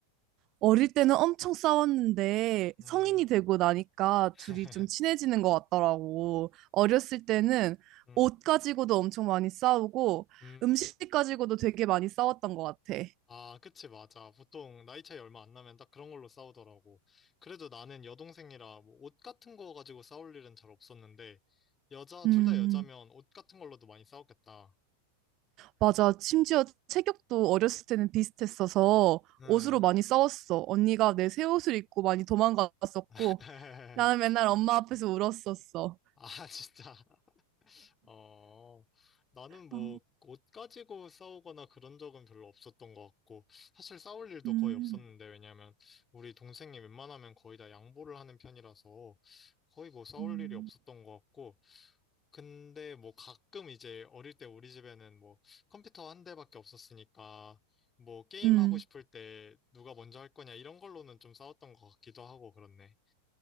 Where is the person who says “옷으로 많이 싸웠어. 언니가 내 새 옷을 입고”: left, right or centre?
Right